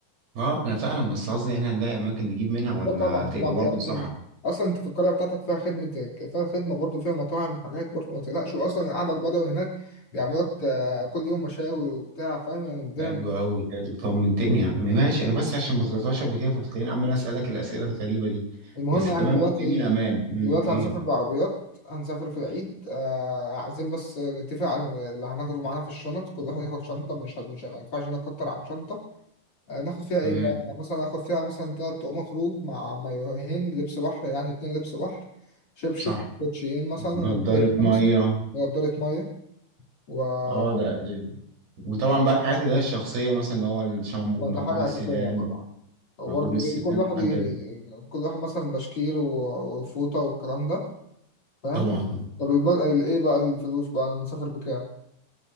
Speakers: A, on the right (about 75°); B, on the left (about 40°).
A: اه أنا فاهمك بس قصدي يعني هنلاقي أماكن نجيب منها ولا
B: اه طبعا
A: تبقى
B: طبعا
A: برضو
B: في اماكن
A: صح
B: اصلا انت في القريه بتاعتك فيها خدمه فيها خدمه برضو فيها مطاعم وحاجات برضو ما تقلقش واصلا القعده البدوي هناك بيعملوا لك آه، كل يوم مشاوي وبتاع فاهم يعني قدام
A: حلو أوي حلو طمنتني يا عم ماشي أنا بس عشان ما طلعتهاش قبل كده فبتلاقيني عمال أسألك الأسئلة الغريبة دي
B: المهم
A: بس تمام
B: يعني دلوقتي
A: والدنيا
B: ايه
A: أمان امم
B: دلوقتي
A: إيه
B: هنسافر بالعربيات هنسافر في العيد آه عايزين بس نتفق على اللي هناخده معانا في الشنط كل واحد ياخد شنطه مش مش ما ينفعش نكتر عن شنطه آه، ناخد فيها ايه
A: تمام
B: بقى يعني مثلا ناخد فيها مثلا تلات طقم خروج مع مايوهين لبس بحر يعني اتنين لبس بحر شبشب
A: صح
B: كوتشيين مثلا ونضارة
A: نضارة مية
B: شمس ونضارة مية وطبعا
A: اه ده أساسي. وطبعا بقى الحاجات اللي هي الشخصية مثلا اللي هو الشامبو معجون
B: ده حاجة
A: السنان
B: أساسية طبعا وبرضه
A: معجون السنان
B: إيه، كل واحد
A: حاجات
B: ي-
A: دي.
B: كل واحد مثلا بشكير و- والفوطة والكلام ده فاهم
A: طبعا
B: طب الب- ال- ايه بقى الفلوس بقى نسافر بكام؟